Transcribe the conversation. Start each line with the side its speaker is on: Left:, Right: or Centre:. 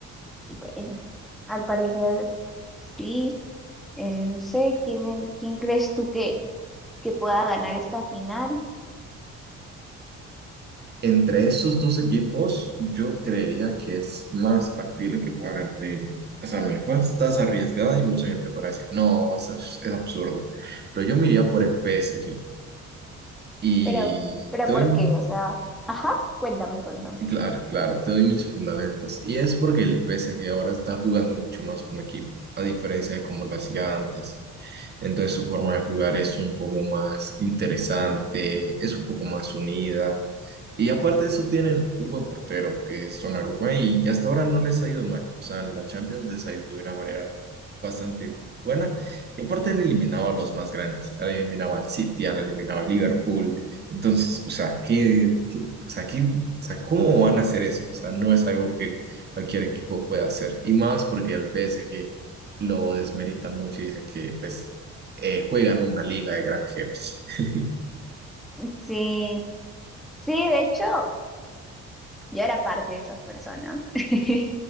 Centre: Y bueno, al parecer sí, eh, no sé quién es- quién crees tú que, que pueda ganar esta final,
Right: Entre esos dos equipos, yo creería que es más factible que pueda ganar el. O sea, mi apuesta es arriesgada y mucha gente podrá decir, no, es, abs- es absurdo. Pero yo me iría por el P S G Y
Centre: pero, pero
Right: te
Centre: ¿por
Right: doy,
Centre: qué? O sea, ajá, cuéntame, cuéntame.
Right: claro, claro, te doy mis fundamentos. Y es porque el P S G ahora está jugando mucho más como equipo, a diferencia de como lo hacía antes. Entonces su forma de jugar es un poco más interesante, es un poco más unida. Y aparte de eso tienen un buen portero que es Donnarumma y hasta ahora no les ha ido mal. O sea, en la Champions les ha ido de una manera bastante buena. Y aparte han eliminado a los más grandes. Han eliminado al City, han eliminado a Liverpool. Entonces, o sea, ¿qué, qué- o sea, qué- o sea, ¿cómo van a hacer eso? O sea, no es algo que cualquier equipo pueda hacer. Y más porque al PSG lo desmeritan mucho y dicen que pues, eh, juegan una liga de granjeros. <laughs>
Centre: Sí, sí, de hecho, yo era parte de esas personas <laughs>